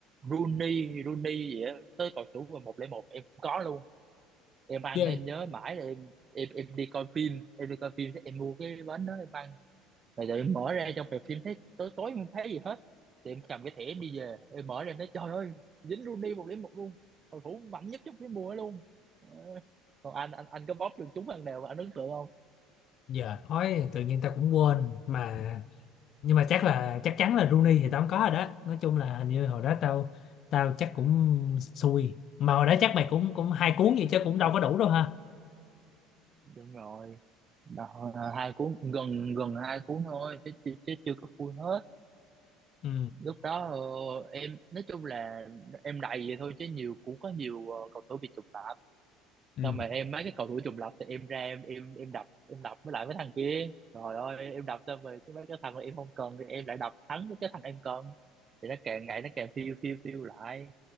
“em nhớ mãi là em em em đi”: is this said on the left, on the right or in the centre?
Right